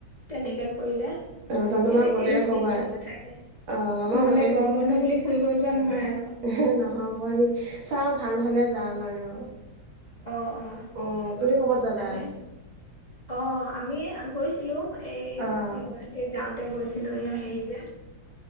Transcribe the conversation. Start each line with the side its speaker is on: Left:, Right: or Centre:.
Left: তেনেকে কৰিলে
Right: অ', তাৰমানে
Left: সেই
Right: আমাৰ
Left: তেতিয়া‌
Right: গোটেই
Left: সেই
Right: সোপাই
Left: চিনটো নাথাকে।
Right: অ', আমাৰ
Left: নহলে
Right: গোটেই
Left: গৰম বন্ধ বুলি ফুৰিব যোৱা নহয় আৰু-।
Right: এ হে নহ'ব নেকি চাওঁ ভাল হলে যাম আৰু।
Left: অ অ।
Right: অ তুমি ক'ৰবাত যাবা?
Left: তাৰমানে অ আমি গৈছিলো, এই
Right: অ',
Left: গুৱাহাটীত যাওঁতে গৈছিলো এই হেৰি যে